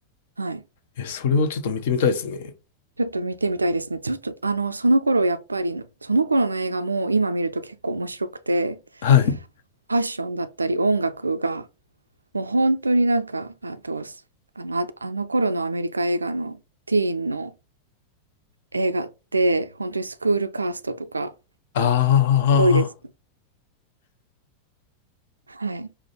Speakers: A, on the right; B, on the left.
A: はい。
B: え、それをちょっと見てみたいですね。
A: ちょっと見てみたいですね。ちょっとあの、その頃やっぱり、その頃の映画も今見ると結構面白くて、
B: はい。
A: ファッションだったり音楽が、もう本当になんか、あと、あの、あ、あの頃のアメリカ映画のティーンの映画って、本当にスクールカーストとか、
B: ああ。
A: ひどいです。はい。